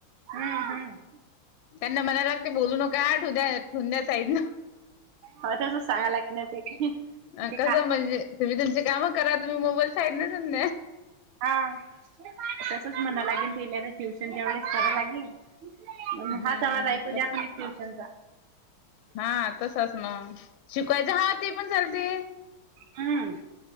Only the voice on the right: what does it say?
हम्म हम्म
हो तसच सांगा लागेल ना ते
ते का
हा तसच म्हणा लागेल तल्या तर ट्युशनच्या वेळेस कराव लागेल
हाच आवाज ऐकू द्या ट्युशनचा
हम्म